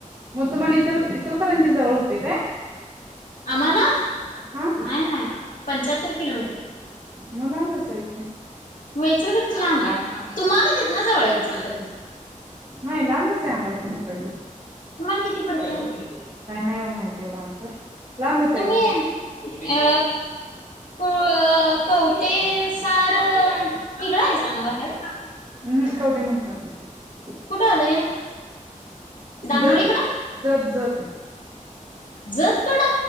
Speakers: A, on the right; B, on the left.
A: मग तुम्हाला इचल इचलकरंजी जवळ होती. होते काय?
B: आम्हाला
A: हा
B: नाय नाय पंचाहत्तर किलोमीटर
A: मग लांबच आहे की
B: व्हय इचलकरंजी लांब हाय तुम्हाला तीथ न जवळ हाय इचलकरंजी
A: नाही लांबच हाय आम्हाला पण इकडणं.
B: तुम्हाला किती पडतीया?
A: काय नाय ओ माहिती एवढं अंतर लांबच आहे
B: तुम्ही
A: खरं
B: अ क कवटे सार तिकड हाइसा नव्ह राहायाला
A: अह कवटे मंहांकाळ
B: कुठं आलं या दानोळीकडं
A: जत जत जत
B: जत तूड